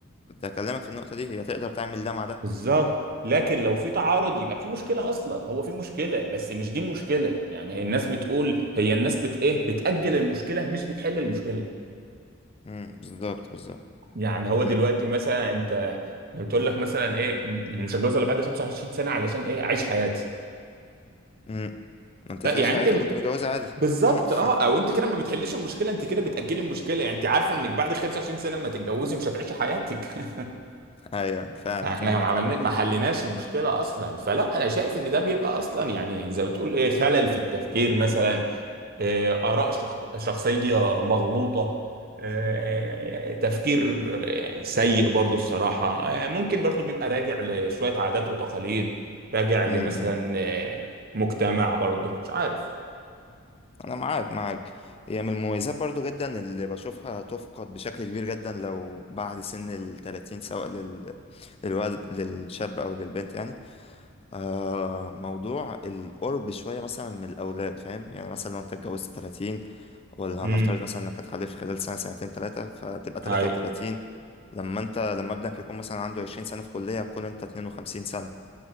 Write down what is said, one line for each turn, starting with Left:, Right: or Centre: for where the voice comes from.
Left: كنت هكلمك في النقطة دي هي تقدر تعمل ده مع ده
Right: بالظبط لكن لو في تعارض يبقى في مشكله اصلا هو في مشكله بس مش دي المشكله يعني الناس بتقول هي الناس بت ايه بتاجل المشكله مش بتحل المشكله
Left: م، بالظبط بالظبط
Right: يعني هو
Left: م-
Right: دلوقتي مثلا انت بتقول لك مثلا ايه م- مش هتجوز الا بعد 25 سنه علشان ايه اعيش حياتي
Left: م. ما انت
Right: ف-
Left: تعيش
Right: يعني
Left: حياتك
Right: انت
Left: وانت متجوزة عادي
Right: بالظبط
Left: م.
Right: اه
Left: <laughs>
Right: او انت كده ما بتحلش المشكله انت كده بتاجلي المشكله يعني انت عارفه انك بعد 25 سنه ما تتجوزي مش هتعيشي حياتك <laughs>
Left: ايوه فعلا
Right: احنا
Left: فاهمك
Right: ما عملنا
Left: حق
Right: ما حليناش المشكله اصلا فلا انا شايف ان ده بيبقى اصلا يعني زي ما تقول ايه خلل في التفكير مثلا إيه اراء شخ... شخصيه مغلوطه إيه تفكير إيه سيء برضو الصراحه إيه ممكن برضو بيبقى راجع لشويه عادات وتقاليد راجع لمثلا
Left: امم امم.
Right: إيه مجتمع برضو مش عارف
Left: انا معاك معاك هي من المميزات برضو جدا اللي بشوفها تفقد بشكل كبير جدا لو بعد سن التلاتين سواء لل... للولد للشاب او للبنت يعني آه موضوع القرب شوية مثلا من الاولاد فاهم يعني مثلا لو انت اتجوزت تلاتين ولا
Right: امم
Left: هنفترض مثلا انك هتخلف خلال سنة سنتين تلاتة فتبقى تلاتة
Right: هاي
Left: وتلاتين لما انت لما ابنك يكون مثلا عنده عشرين سنة في كلية هتكون انت اتنين وخمسين سنة